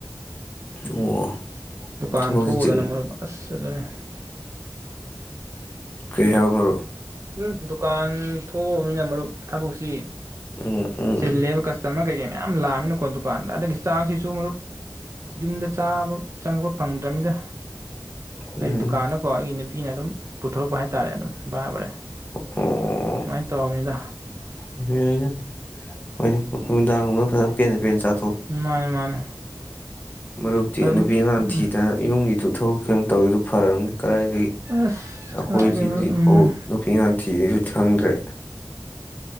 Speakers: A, on the left (about 25°); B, on the right (about 40°).
A: ꯑꯣ꯫
B: ꯗꯨꯀꯥꯟ
A: ꯊꯕꯛꯁꯤ
B: ꯊꯣꯛꯎꯗꯅ
A: ꯆꯤꯟ
B: ꯃꯔꯨꯞ ꯑꯁ ꯑꯗꯨꯅꯦ
A: ꯀꯩꯍꯩꯞ ꯃꯔꯨꯞ꯫
B: ꯎꯝ ꯗꯨꯀꯥꯟ ꯊꯣꯛꯑꯃꯤꯅ ꯃꯔꯨꯞ ꯊꯕꯛꯁꯤ
A: ꯎꯝ ꯎꯝ
B: ꯆꯤꯜ ꯂꯦꯕ ꯀꯁꯇꯃꯔ ꯀꯩꯀꯩꯏꯝ ꯃꯌꯥꯝ ꯂꯥꯛꯑꯃꯤꯅꯀꯣ ꯗꯨ <unintelligible> ꯆꯥꯁꯤꯁꯨ ꯃꯔꯨꯞ ꯌꯨꯝꯗ ꯆꯥꯕ ꯆꯪꯕ ꯐꯪ ꯔꯝꯗꯥ
A: ꯎꯝ
B: ꯑꯩ ꯗꯨꯀꯥꯟꯗ ꯀꯣ ꯑꯩ ꯅꯨꯞ ꯅꯨꯄꯤꯅ ꯑꯗꯨꯝ ꯄꯨꯊꯣꯔꯛꯄ ꯍꯥꯏꯇꯥꯔꯦ ꯑꯗꯨꯝ꯫ ꯕꯥ ꯕꯔꯦ
A: ꯑꯣ
B: ꯑꯗꯨꯃꯥꯏ ꯇꯧꯔꯝꯃꯤꯗ꯫
A: ꯌꯥꯏꯅꯦ ꯍꯣꯏꯅꯦ ꯅꯨꯃꯤꯗꯥꯡꯒꯨꯝꯕꯗ ꯐꯖꯅ ꯄꯦꯟꯅ ꯄꯦꯟꯅ ꯆꯥ
B: ꯃꯥꯅꯦ ꯃꯥꯅꯦ꯫
A: ꯃꯔꯨꯞꯇꯤ
B: ꯑꯗꯨꯝ
A: ꯅꯨꯄꯤ ꯑꯉꯥꯡ
B: ꯎꯝ
A: ꯊꯤꯗꯅ ꯌꯨꯝꯒꯤ ꯇꯨꯊꯣꯛ ꯀꯩꯏꯝ ꯇꯧꯔꯤꯗꯨ ꯐꯔꯝꯅꯤ ꯀꯗꯥꯏꯗꯒꯤ
B: ꯑꯁ
A: ꯑꯩꯈꯣꯏꯗꯤ
B: ꯀꯥꯏꯗꯩ ꯃꯔꯨꯞ
A: ꯍꯧꯖꯤꯛꯐꯥꯎ
B: ꯎꯝ
A: ꯅꯨꯄꯤ ꯉꯥꯡ ꯊꯤꯔꯤꯖꯤ ꯈꯪꯗ꯭ꯔꯦ